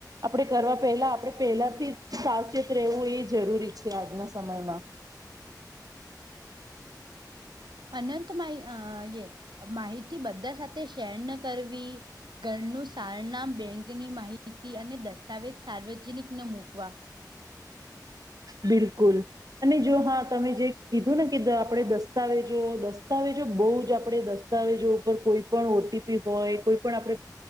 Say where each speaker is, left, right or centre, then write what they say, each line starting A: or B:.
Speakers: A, on the right; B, on the right.
A: આપણે કરવા પહેલા આપણે પહેલાથી સાવચેત રહેવું એ જરૂરી છે, આજના સમયમાં
B: અનંત મા એ માહિતી બધા સાથે શેર ન કરવી ઘરનું સારનામ બેંકની માહિતી અને, દસ્તાવેજ સાર્વજનિક ન મૂકવા
A: બિલકુલ અને જો હા તમે જે કીધું ને કે, આપણેે દસ્તાવેજો દસ્તાવેજો બહુ જ આપણે. દસ્તાવેજો ઉપર કોઈ પણ, ઓટીપી હોય કોઈ પણ આપણે